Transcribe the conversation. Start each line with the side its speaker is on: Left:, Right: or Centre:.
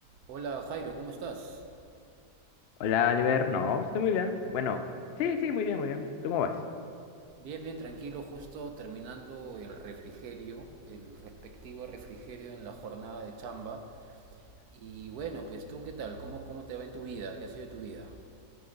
Right: Hola Jairo, ¿cómo estás?
Left: Hola, Oliver. No, estoy muy bien. Bueno, sí, sí, muy bien, muy bien. ¿Tú cómo vas?
Right: Bien, bien, tranquilo, justo terminando el refrigerio, el respectivo refrigerio en la jornada de chamba. Y bueno, pues tú, ¿qué tal? ¿Cómo, cómo te va en tu vida? ¿Qué ha sido de tu vida?